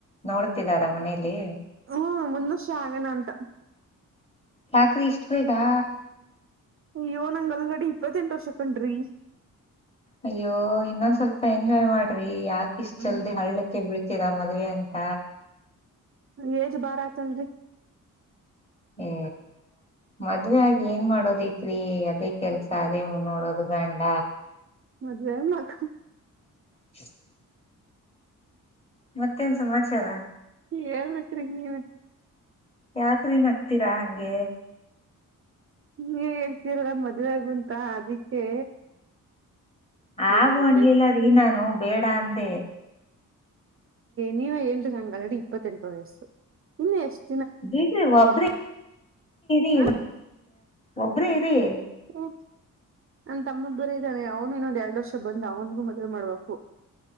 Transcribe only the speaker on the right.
ಹ್ಮ್ ಮುಂದ ವರ್ಷ ಆಗಣ ಅಂತ
ಅಯ್ಯೋ ನಂಗಗೆ ಅಲ್ಗಡೆ ಇಪ್ಪತ್ತೆಂಟು ವರ್ಷ ಕಂಡ್ರಿ
ಹ್ಮ್
ಏಜ ಬಾರಾ ಚಂದ್ರ
ಮದ್ ಮಕ್ಕ
ಹೇಳ್ಬೇಕ್ರಿ ನೀವ
ನೀ ಹೇಳ್ತೀರಲ್ಲ ಮದ್ೆ ಆಗುಂತ ಅದಿಕ್ಕೆ ನಗು
ಬತ್ತೈತಿ
ನೀವೇ ಹೇಳ್ರಿ ಹಂಗ ಅಲ್ರೆಡಿ ಇಪ್ಪತ್ತೆಂಟು ವಯಸ್ಸು ಇನ್ನು ಎಷ್ಟು
ಹಾ
ಹ ನನ್ ತಮ್ಮಬ್ಬರ ಇದ್ದಾನೆ ಅವ್ನು ಇನ್ನೊಂದ್ ಎರಡ್ ವರ್ಷ ಬಂದ್ ಅವನಗೂ ಮದ್ವೆ ಮಾಡ್ಬೇಕು